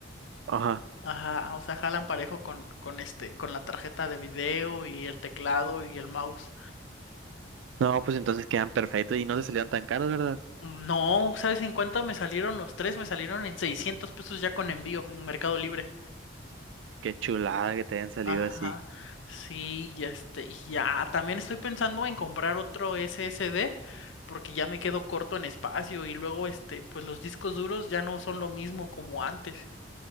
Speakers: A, on the right; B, on the left.
A: Ajá.
B: Ajá, o sea, jalan parejo con, con este, con la tarjeta de video y el teclado y el mouse.
A: No, pues entonces quedan perfectos y no te salieron tan caros, ¿verdad?
B: No, ¿sabes en cuánto me salieron los tres? Me salieron en 600 pesos ya con envío en Mercado Libre.
A: Qué chulada que te hayan salido
B: Ajá,
A: así.
B: sí, y este, y ya, también estoy pensando en comprar otro SSD porque ya me quedo corto en espacio y luego, este, pues los discos duros ya no son lo mismo como antes.